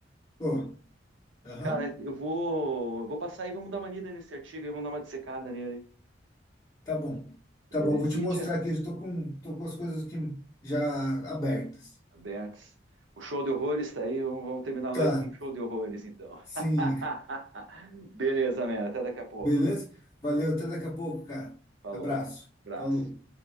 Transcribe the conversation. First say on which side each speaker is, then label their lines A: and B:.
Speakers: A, on the left; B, on the right.
A: Pô, aham.
B: Cara, eu vou, eu vou passar aí, vamos dar uma lida nesse artigo, aí vamos dar uma dissecada nele.
A: Tá bom. Tá
B: Belezitia?
A: bom, vou te mostrar aqui. Estou com, tô com as coisas aqui já abertas.
B: Abertos. O show de horrores tá aí, vamos, vamos terminar a
A: Tá,
B: noite com um show de horrores, então.
A: sim.
B: <laughs> Beleza, Mera, até daqui a pouco.
A: Beleza? Valeu, até daqui a pouco, cara.
B: Falou.
A: Abraço.
B: Abraço.
A: Falou.